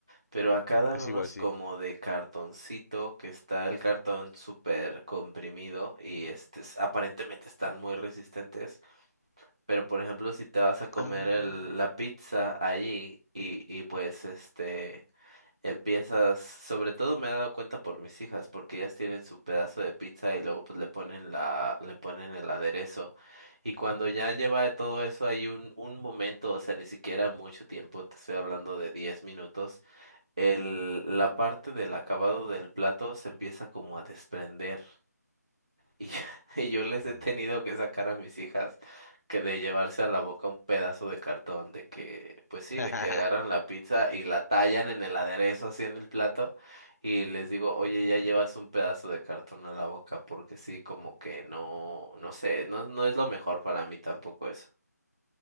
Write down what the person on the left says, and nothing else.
Es
igual, sí.
Ah.
mm.
<laughs>